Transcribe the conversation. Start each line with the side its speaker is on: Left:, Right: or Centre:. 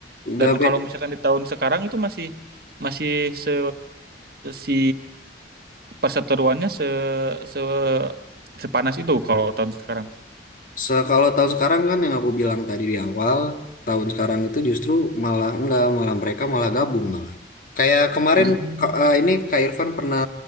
Left: nggak
Right: Dan
Left: beda,
Right: kalau misalkan di tahun sekarang itu masih masih se si perseteruannya se, se sepanas itu kalau tahun sekarang.
Left: Se kalau tahun sekarang kan yang aku bilang tadi di awal, tahun sekarang itu justru malah enggak, malah mereka malah gabung malah. Kayak kemarin
Right: Hmm.
Left: Ka- eh, ini Kak Irfan pernah